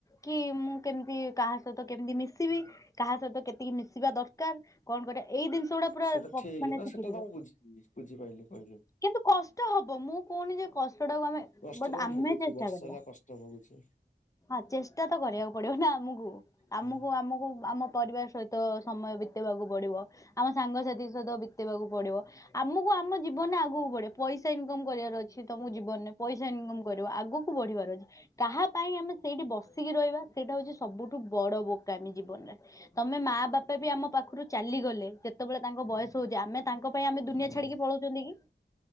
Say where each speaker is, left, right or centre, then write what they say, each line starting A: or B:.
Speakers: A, on the left (about 15°); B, on the left (about 40°).
A: କି ମୁଁ କେମିତି କାହା ସହିତ କେମିତି ମିଶିବି କାହା ସହିତ କେତିକି ମିଶିବା ଦରକାର, କଣ କରିବା ଏଇ ଜିନିଷ ଗୁଡା ପୁରା
B: ସେଟା ଠିକ
A: ମାନେ
B: ନା
A: ଶିଖିଥିବ।
B: ସେଟା ତ ମୁଁ ବୁଝିଲି ବୁଝିପାଇଲି କହିଲେ।
A: କିନ୍ତୁ କଷ୍ଟ ହବ। ମୁଁ କହୁନି ଯେ କଷ୍ଟ ଟାକୁ ଆମେ
B: କଷ୍ଟ
A: ବଟ
B: ତ ମୁଁ
A: ଆମେ
B: ଭୋଗୁଛି
A: ଚେଷ୍ଟା
B: ବର୍ଷେ
A: କରିବା।
B: ହେଲା କଷ୍ଟ ଭୋଗୁଛି।
A: ହଁ, ଚେଷ୍ଟା ତ କରିବାକୁ ପଡିବ ନା ଆମକୁ
B: ହୁଁ
A: ଆମକୁ ଆମକୁ ଆମ ପରିବାର ସହିତ ତ ସମୟ ବିତେଇବାକୁ ପଡିବ। ଆମ ସାଙ୍ଗସାଥି ସହିତ ବିତେଇବାକୁ ପଡିବ। ଆମକୁ ଆମ ଜୀବନରେ ଆଗକୁ ବଢେ ପଇସା ଇନକମ କରିବାର ଅଛି। ସେଏ ତମ ଜୀବନରେ ପଇସା ଇନକମ୍ କରିବ ଆଗକୁ ବଢିବାର ଅଛି। କାହା ପାଇଁ ଆମେ ସେଇଠି ବସିକି ରହିବା? ସେଇଟା ହଉଛି ସବୁଠୁ ବଡ ବୋକାମୀ ଜୀବନରେ ତମେ ମା ବାପା ବି ଆମ ପାଖ ପାଖରୁ ଚାଲିଗଲେ। ଯେତେବେଳେ ତାଙ୍କ ବୟସ ହଉଛି ଆମେ ତାଙ୍କ ପାଇଁ ଆମେ ଦୁନିଆ
B: ହୁଁ
A: ଛାଡିକି ପଳଉଛନ୍ତି କି?